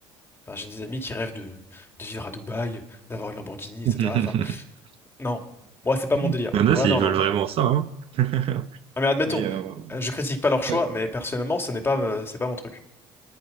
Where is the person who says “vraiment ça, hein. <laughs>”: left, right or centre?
Right